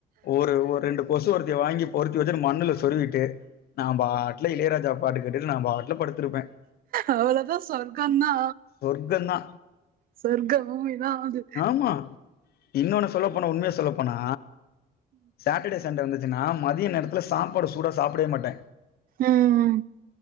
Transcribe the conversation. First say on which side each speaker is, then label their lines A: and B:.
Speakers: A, on the left; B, on the right.
A: ஒரு ஒரு ரெண்டு கொசுவர்த்தி வாங்கி பொருத்தி வச்சுட்டு மண்ணுல சொருவிட்டு நா பாட்ல இளையராஜா பாட்டு கேட்டு நா பாட்ல படுத்திருப்பே
B: அவள தா சொர்க்க தா
A: சொர்க்கந்தா
B: சொர்க்க பூமிதா அது
A: ஆமா இன்னொன்னு சொல்லப்போன உண்மைய சொல்லப்போனா சாட்டர்டே சண்டே வந்து னா மத்திய நேரத்தில சாப்பாடு சூடா சாப்புடவே மாட்டே
B: ம் ம்